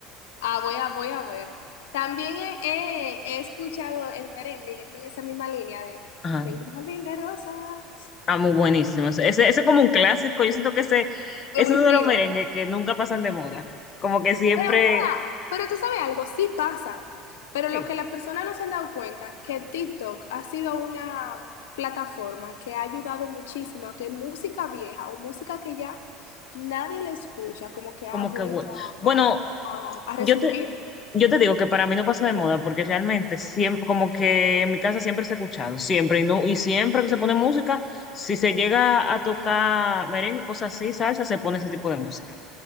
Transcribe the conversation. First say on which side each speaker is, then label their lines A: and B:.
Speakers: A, on the left; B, on the left.
A: Ah, voy a, voy a ver. También he, he- he escuchado el merengue yendo en esa misma línea de
B: Ajá.
A: Tengo un jardín de rosas
B: Ah, muy buenísimo. Ese, ese es como un clásico. Yo siento que ese, ese
A: de
B: es
A: Wilfrido.
B: uno de los merengues que nunca pasan de moda. Como que siempre,
A: Pero, o sea, pero tú sabes algo, sí pasan, pero lo
B: sí,
A: que las personas no se han dado cuenta, que TikTok ha sido una plataforma que ha ayudado muchísimo a que música vieja o música que ya nadie le escucha, como que
B: como
A: ha vuelto
B: que bueno. Bueno,
A: a, a- a- a resurgir.
B: yo te, Yo te digo que para mí no pasa de moda porque realmente siempre, como que en mi casa siempre se ha escuchado, siempre y no, y siempre que se pone música, si se llega a tocar merengue y cosas así, salsa, se pone ese tipo de música.